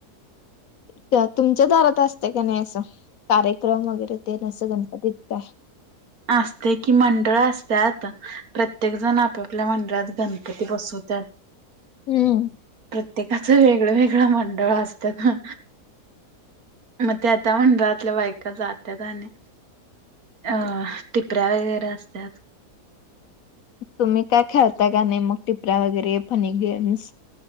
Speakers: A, on the left; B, on the right.
A: त्या तुमच्या दारात असते का नाही असं कार्यक्रम वगैरे ते नसं गणपतीत काय?
B: असतंय की मंडळ असत्या आता. प्रत्येक जण आपापल्या मंडळात गणपती बसवत्यात.
A: हम्म.
B: प्रत्येकाचं वेगळ वेगळं मंडळ असत्यात हा. मग त्या त्या मंडळातल्या बायका जात्यात आणि अ टिपऱ्या वगैरे असत्यात.
A: तुम्ही काय खेळता का नाही मग टिपऱ्या वगैरे फनी गेम्स